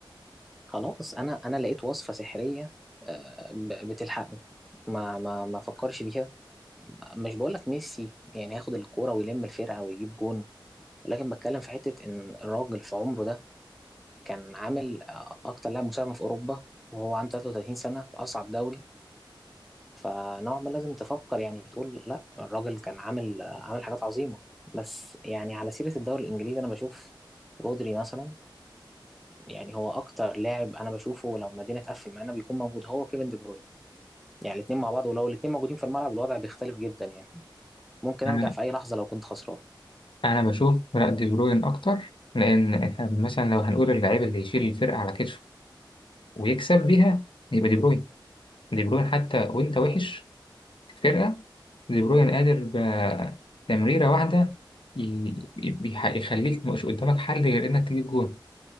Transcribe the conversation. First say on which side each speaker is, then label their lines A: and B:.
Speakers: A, in the centre; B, on the left (about 80°).
A: خلاص انا انا لقيت وصفة سحرية آه، ب- بتلحقني ما ما ما فكرش فيها مش بقولك ميسي يعني هياخد الكورة ويلم الفرقة ويجيب جون ولكن بتكلم في حتة ان الراجل في عمره ده كان عامل آه، اكتر لاعب مساهمة في اوروبا وهو عنده 33 سنة في اصعب دوري فنوعا ما لازم تفكر يعني تقول لا الراجل كان عامل عامل حاجات عظيمة بس يعني على سيرة الدوري الإنجليزي أنا بشوف رودري مثلا يعني هو أكتر لاعب أنا بشوفه لما الدنيا تقفل معانا بيكون موجود هو كيفن دي بروين يعني الاتنين مع بعض ولو الاتنين موجودين في الملعب الوضع بيختلف جدا يعني ممكن
B: أنا
A: أرجع في أي لحظة لو كنت خسران
B: أنا بشوف فرق دي بروين أكتر لأن إحنا مثلا لو هنقول اللعيب اللي يشيل الفرقة على كتفه ويكسب بيها يبقى دي بروين دي بروين حتى وأنت وحش فرقة دي بروين قادر بتمريرة واحدة ي- بيح- يخليك مش قدامك حل غير إنك تجيب جون